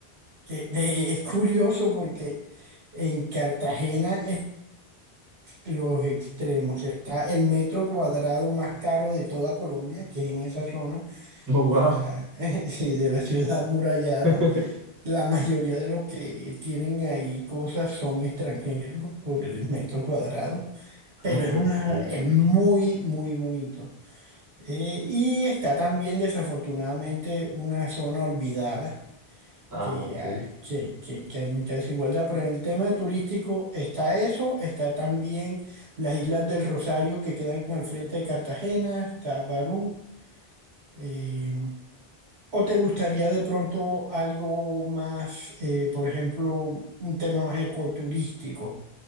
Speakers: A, on the right; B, on the right.
A: Que de- es curioso porque en Cartagena es los extremos. Está el metro cuadrado más caro de toda Colombia, que es en esa zona
B: Oh, wow.
A: de la, <laughs> sí, de la ciudad amurallada.
B: <laughs>
A: La mayoría de los que tienen ahí cosas son extranjeros por el metro cuadrado,
B: Ah,
A: pero
B: perfecto.
A: es una, es muy, muy bonito. Eh, y está también desafortunadamente una zona olvidada
B: Ah,
A: que,
B: ok.
A: hay- que, que- que hay mucha desigualdad, pero en el tema turístico está eso, está también las Islas del Rosario que quedan al frente de Cartagena, está Barú. eh, ¿o te gustaría de pronto algo más, eh, por ejemplo, un tema más ecoturístico?